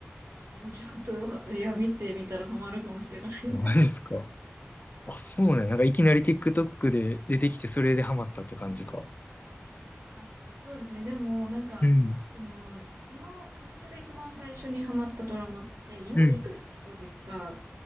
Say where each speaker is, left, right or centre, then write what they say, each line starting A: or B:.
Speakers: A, on the right (about 80°); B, on the left (about 40°).
A: いやちょっと、いや、見てみたらハマるかもしれないです。
B: マジですか。あ、そうね。なんかいきなり TikTok で出てきて、それでハマったって感じか。
A: あ、そうですね。でも、なんか、
B: うん。
A: その、その、私が一番最初にハマったドラマって、ユーネクストでしか
B: うん。